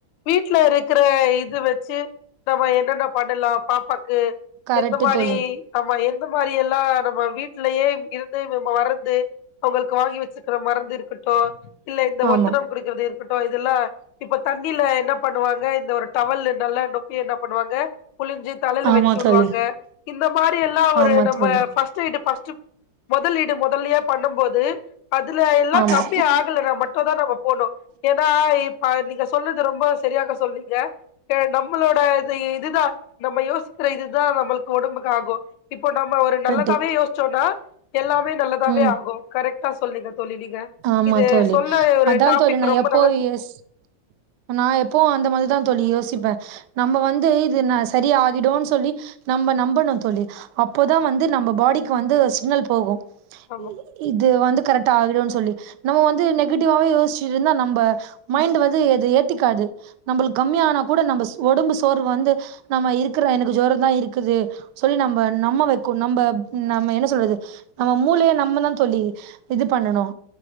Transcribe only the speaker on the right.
கரெக்ட்
தோழி
ஆமா
ஆமா
தோழி
ஆமா
தோழி
ஆமா
கரெக்ட்
ம்
ஆமா
தோழி
அதா
தோழி நா
எப்போ
யோசி நா எப்போ அந்த மாரிதா தோழி யோசிப்பே நம்ம வந்து இது ந சரி ஆகிடுன் சொல்லி நம்ம நம்பணு தோழி அப்போதா வந்து நம்ம பாடிக்கு வந்து சிக்னல் போகு
இ இது வந்து கரெக்டா ஆகிடு தோழி நம்ம வந்து நெகட்டிவாவே யோஸ்ச்சிட்ருந்தா நம்ம மைண்ட் வந்து எது ஏத்துக்காது நம்மளுக்கு கம்மிய ஆனா கூட நம்ம உடம்பு சோர்வு வந்து நம்ம இருக்கிற எனக்கு ஜொரந்தா இருக்குது சொல்லி நம்ம நம்ம வெக்கு நம்ம நம்ம என்ன சொல்றது நம்ம மூளைய நம்மதா தோழி இது பண்ணணு